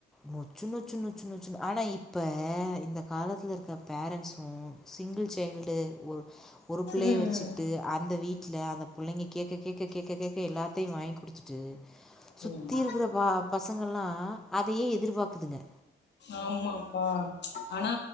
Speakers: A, in the centre; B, on the left.
A: நொச்சு நொச்சு நொச்சு நொச்சுனு ஆனா இப்ப இந்த காலத்துல இருக்கர பேரண்ட்ஸும் சிங்கிள் சைல்டு ஒரு ஒரு புள்ளைய
B: ம்
A: வெச்சு த்து அந்த வீட்டுல அந்த புள்ளங்க கேக்க கேக்க கேக்க கேக்க எல்லாத்தையும் வாங்கி குடுத்துட்டு சுத்தி
B: ம்
A: இருக்குற பா பசங்கல்லாம் அதையே எதிர்பார்க் இருக்குதுங்க
B: ஆமாப்பா ஆனா